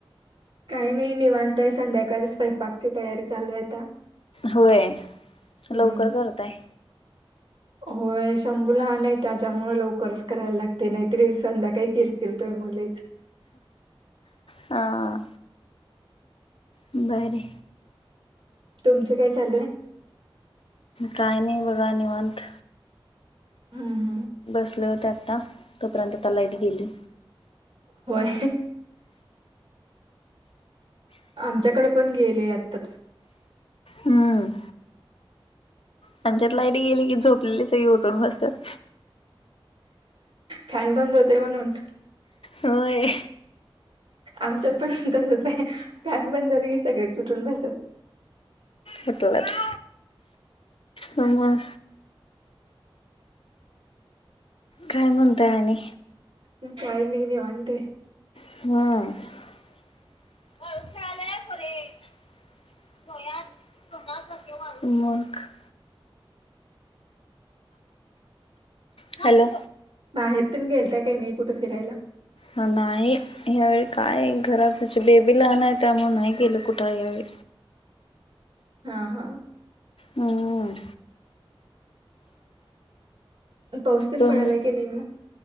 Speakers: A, on the right (about 65°); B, on the left (about 75°).
A: काही नाही निवांतय, संध्याकाळची स्वयंपाक ची तयारी चालू आहे आता.
B: होय
A: हम्म
B: लवकर करताय.
A: होय, शंभू लहान नाही त्याच्यामुळे लवकरच करायला लागते. नाहीतरी संध्याकाळी किरकिर, तोय मग लैच.
B: हां. बर.
A: तुमचं काय चालू आहे.
B: काही नाही बघा निवांत.
A: हम्म हम्म.
B: होते आता, तोपर्यंत आता लाईट गेली.
A: होय. आमच्याकडे पण गेलेय आताच.
B: हम्म. त्यांच्यात लाईट गेली की, झोपलेली सगळी उठून बसत्यात.
A: फॅन बंद होतोय म्हणून.
B: होय.
A: आमच्यात पण तसचे, फॅन बंद झाले की सगळे उटून बसत्यात.
B: होतो आज, ह, म. काय म्हणताय आणि.
A: त काही नाही निवांतय.
B: ह. मग. हॅलो.
A: बाहेर तून गेलताय काय नाही, कुठे फिरायला.
B: ह नाही या्यावेळी काय घरातच, बेबी लहानय त्यामुळे नाही गेल कुठे यावेळी.
A: हा हा.
B: हम्म.
A: पाऊस दिन
B: तुम
A: पडलाय लेके नि म